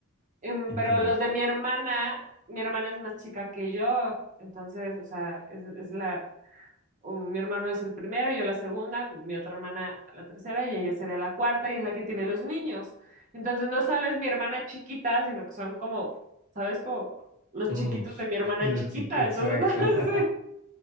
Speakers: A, on the right; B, on the left.
A: Em,
B: Entiendo.
A: pero los de mi hermana, mi hermana es más chica que yo, entonces, o sea, es, es la, mi hermano es el primero, yo la segunda, mi otra hermana la tercera y ella sería la cuarta y es la que tiene los niños. Entonces no solo es mi hermana chiquita, sino que son como, ¿sabes? Como los
B: Todos.
A: chiquitos de mi hermana
B: <laughs> Los
A: chiquita.
B: chiqui, exacto.
A: Entonces, <laughs>
B: <laughs>
A: sí.